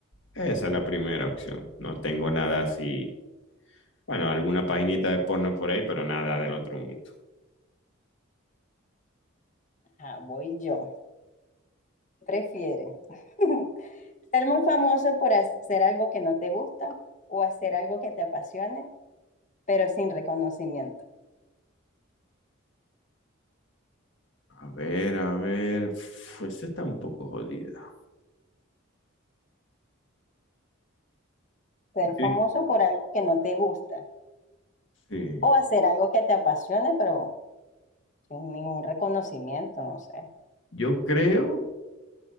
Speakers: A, on the left; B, on the left.
A: Esa es la primera opción. No tengo nada así. Bueno, alguna paginita de porno por ahí, pero nada del otro mundo.
B: Ah, voy yo. ¿Qué prefieres? <laughs> ¿Ser muy famoso por hacer algo que no te gusta o hacer algo que te apasione, pero sin reconocimiento?
A: A ver, a ver. Uf, esa está un poco jodida.
B: Ser
A: Sí.
B: famoso por algo que no te gusta
A: Sí.
B: o hacer algo que te apasione, pero sin ningún reconocimiento, no sé.
A: Yo creo